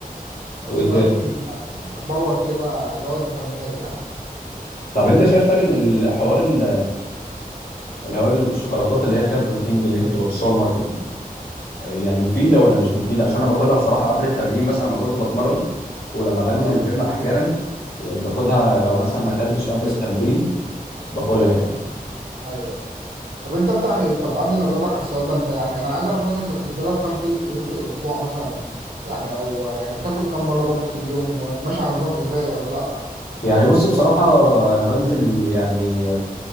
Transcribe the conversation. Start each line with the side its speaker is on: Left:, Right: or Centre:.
Right: بستخدم
Left: وايه تاني
Right: باور كده اللي هو الفيتامينات يعني
Left: طب انت شايف طيب ان الحوار ال- اللي هو الشوكولاتات اللي هي فيها بروتين دي اللي هي بتبقى في السوبر ماركت دي يعني مفيده ولا مش مفيده عشان انا باخدها بصراحه قبل التمرين مثلا لما كنت بتمرن ولما بنزل
Right: اه
Left: الجيم احيانا يعني باخدها لو مثلا ما اكلتش قبل
Right: بص
Left: التمرين باكلها يعني
Right: ايوه طب انت بتعمل ايه؟ طب قبل ما اجاوبك على السؤال ده انت يعني انا عايز اعرف مثلا انت بتتدرب كام في يوم في الاسبوع مثلا يعني او يعني بتاكل كام مره برضو في اليوم وماشي على نظام غذائي ولا لا
Left: يعني بص بصراحة
Right: و...
Left: أنا بنزل يعني